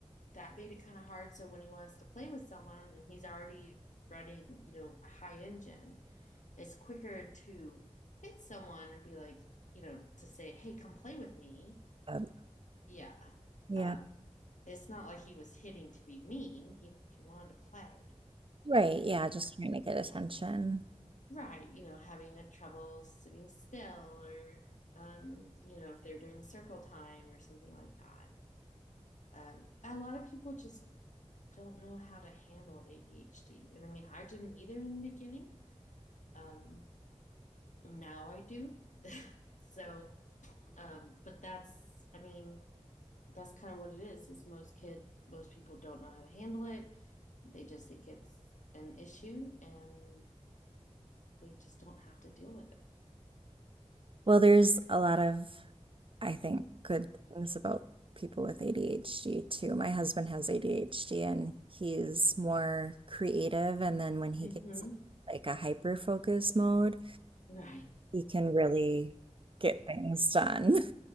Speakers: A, on the left; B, on the right.
A: that made it kind of hard. So when he wants to play with someone and he's already running, you know, a high engine, it's quicker to hit someone and be like, you know, to say, "Hey, come play with me."
B: Yep.
A: Yeah,
B: Yeah.
A: uh, it's not like he was hitting to be mean. He he wanted to play.
B: Right, yeah, just trying to get attention.
A: Right, you know, having a trouble sitting still or um, you know, if they're doing circle time or something like that. Um, a lot of people just don't know how to handle ADHD. And I mean, I didn't either in the beginning. Um, now I do. So, um, but that's, I mean, that's kind of what it is, is most kid, most people don't know how to handle it. They just think it's an issue and they just don't have to deal with
B: Well, there's a lot of, I think, good things about people with ADHD too. My husband has ADHD and he's more creative, and then when he
A: it.
B: gets
A: hmm
B: like a hyper focus mode,
A: Right.
B: he can really get things done. <laughs>